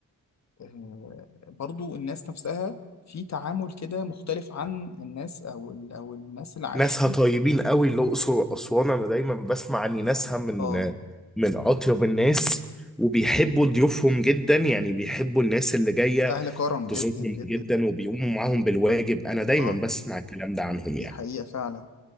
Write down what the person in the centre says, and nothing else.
ناسها طيبين قوي الأقصر وأسوان أنا دايما بسمع عن ناسها من
من أطيب الناس وبيحبوا ضيوفهم جدا يعني بيحبوا الناس اللي جاية
تزورهم
جدا وبيقوموا معاهم بالواجب أنا دايما
بسمع الكلام ده عنهم يعني